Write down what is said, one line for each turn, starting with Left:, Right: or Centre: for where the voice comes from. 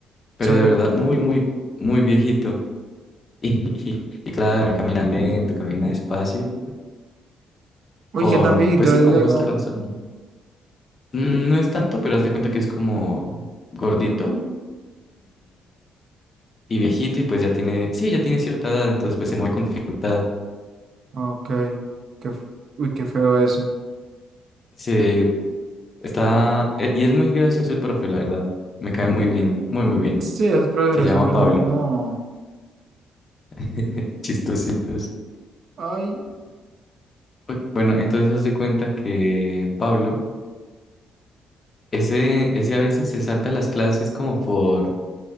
Left: pero
Right: Sí.
Left: de verdad muy, muy, muy viejito. <laughs> Y, y, y claro, camina lento, camina despacio,
Right: Uy,
Left: con,
Right: qué tan viejito
Left: pues sí,
Right: es
Left: con
Right: luego.
Left: justa razón. ¿no? Mm, no es tanto, pero haz de cuenta que es como gordito y viejito y pues ya tiene, sí, ya tiene cierta edad, entonces pues se mueve con dificultad.
Right: Ok. Qué, f- uy, qué feo eso.
Left: Se está, e- y es muy gracioso el profe, la verdad. Me cae muy bien, muy, muy bien.
Right: Sí, esos profesores
Left: Se llama
Right: siempre
Left: Pablo.
Right: son como.
Left: <laughs> Chistositos.
Right: Ay.
Left: Uy, Bueno, entonces haz de cuenta que Pablo, ese, ese a veces se salta las clases como por,